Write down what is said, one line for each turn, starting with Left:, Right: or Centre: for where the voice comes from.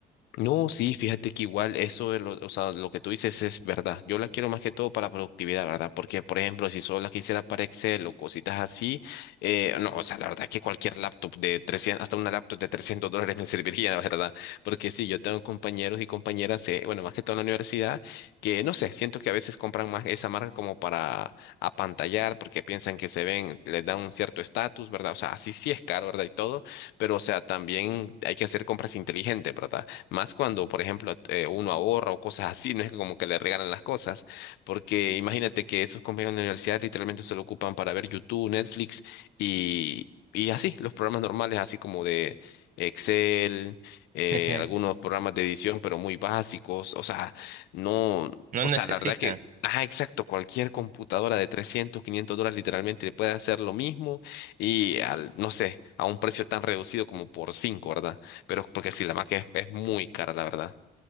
Left: No, sí, fíjate que igual eso, de lo, o sea, lo que tú dices es verdad. Yo la quiero más que todo para productividad, ¿verdad? Porque, por ejemplo, si solo la quisiera para Excel o cositas así, eh, no, o sea, la verdad que cualquier laptop de 300, hasta una laptop de 300 dólares me <laughs> serviría, la verdad. Porque sí, yo tengo compañeros y compañeras, eh, bueno, más que todo en la universidad, que no sé, siento que a veces compran más esa marca como para apantallar, porque piensan que se ven, les dan un cierto estatus, ¿verdad? O sea, así sí es caro, ¿verdad? Y todo, pero, o sea, también hay que hacer compras inteligentes, ¿verdad? Más cuando, por ejemplo, eh, uno ahorra o cosas así, no es que como que le regalan las cosas, porque imagínate que esos compañeros de la universidad literalmente se lo ocupan para ver YouTube, Netflix y, y así, los programas normales, así como de Excel, eh,
Right: <laughs>
Left: algunos programas de edición, pero muy básicos, o sea, no,
Right: No
Left: o
Right: necesitan.
Left: sea, la verdad que... Ajá, exacto. Cualquier computadora de 300, 500 dólares literalmente puede hacer lo mismo y al, no sé, a un precio tan reducido como por cinco ¿verdad? Pero porque sí, la Mac es, es muy cara, la verdad.